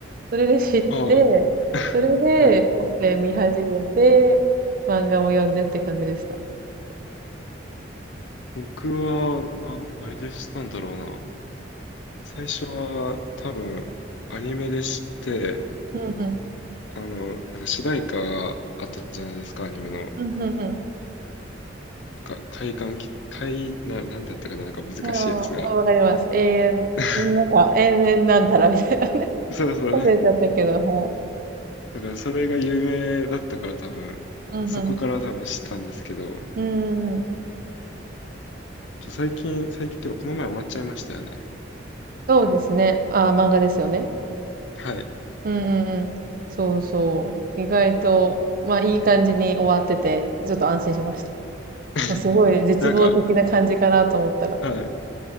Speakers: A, on the right (about 50°); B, on the left (about 75°).
A: それで知って、
B: ああ、<laughs>
A: それで本編見始めて、
B: はい。
A: 漫画も読んでって感じでした。
B: 僕は、な、何で知ったんだろうな。最初は多分アニメで知って、
A: うんうん。
B: あの、なんか主題歌があったじゃないですか、アニメの。なん
A: うんうん
B: か、快感き、快、な、なんだったかな、なんか難しいやつが。
A: うん。ああ、わかります。永
B: <laughs>
A: 遠、なんか永遠なんたらみたいなね。
B: そうそう。
A: <laughs> 忘れちゃったけど、はい。
B: だからそれが有名だったから多分、
A: うんうん。
B: そこから多分知ったんですけど、
A: うんうん。
B: ちょ最近、最近というかこの前終わっちゃいましたよね。
A: そうですね。ああ、漫画ですよね。
B: はい。
A: うんうんうん。そうそう。意外と、まあいい感じに終わってて、ちょっと安心しました。
B: <laughs>
A: もうすごい絶望的な感じかなと思ったら。
B: なんか、はい。